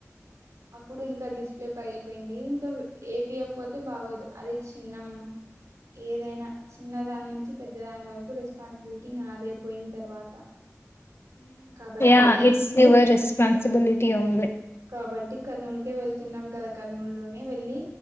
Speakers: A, on the right (about 85°); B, on the left (about 50°).
A: అప్పుడు ఇంకా డిస్ప్లే పగిలిపోయింది ఇంకా ఏపీయకపోతే బాగోదు అది చిన్నం ఏదైనా చిన్న దాని నుంచి పెద్ద దాని వరకు రెస్పాన్సిబిలిటీ నాదైపోయిన తర్వాత కాబట్టి
B: యా ఇట్స్ యువర్ రెస్పాన్సిబిలిటీ ఓన్లీ
A: కాబట్టి కర్నూలుకే వెళ్తున్నాం కదా కర్నూలు లోనే వెళ్ళి